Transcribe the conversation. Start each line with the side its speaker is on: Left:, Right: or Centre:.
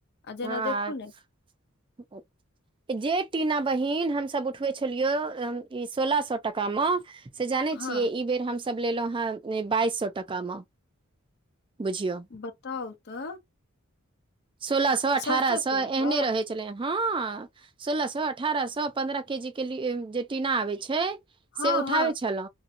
Left: आ जेना
Right: हँ
Left: देखू ने
Right: <unintelligible> जे टीना बहिन हमसभ उठबै छलियै ई सोलह सौ टाका मे से जानै
Left: हँ
Right: छियै ई बेर हमस लेलहुं हेँ बाइस सौ टका मे <inaudible> बुझियौ
Left: बताउ तऽ
Right: सोलह सौ अठारह
Left: सरसो
Right: सौ
Left: तेल
Right: एहने
Left: क
Right: रहै छले हँ सोलह सौ अठारह सौ पन्द्रह के जी के ल जे टीना आबे छै
Left: हँ
Right: से उठाबै
Left: हँ
Right: छलो